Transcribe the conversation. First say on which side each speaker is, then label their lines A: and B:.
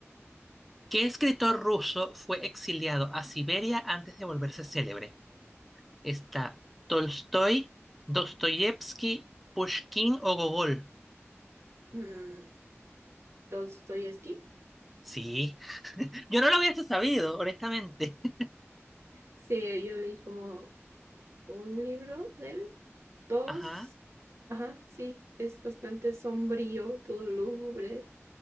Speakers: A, in the centre; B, on the right (about 70°).
A: ¿Qué escritor ruso fue exiliado a Siberia antes de volverse célebre? Está Tolstoy, Dostoyevsky, Pushkin o Gogol.
B: Mm, Dostoyevsky.
A: Sí. Yo no lo hubiese sabido, honestamente. <laughs>
B: Sí, yo leí como un libro de él, dos.
A: Ajá.
B: Ajá, sí, es bastante sombrío, todo lúgubre,